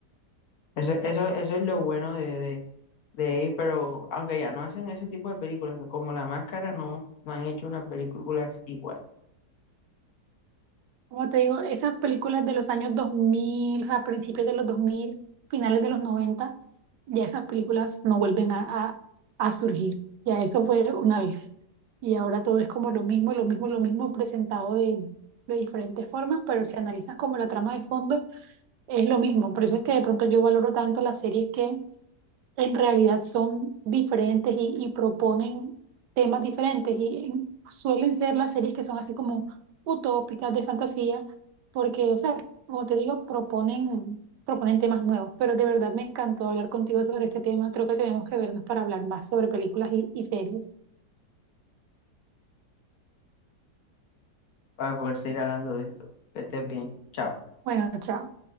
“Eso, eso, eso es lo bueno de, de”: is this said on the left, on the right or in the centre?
Left